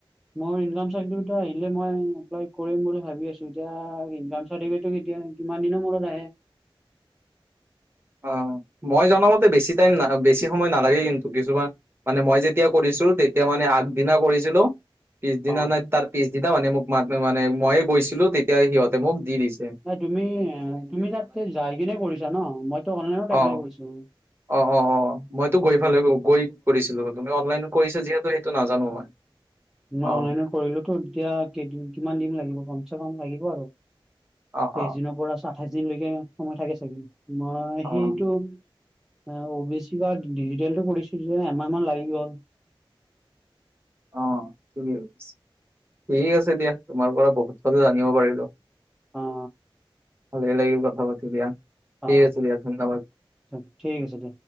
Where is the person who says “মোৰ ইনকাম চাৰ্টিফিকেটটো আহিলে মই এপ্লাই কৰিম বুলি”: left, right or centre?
Centre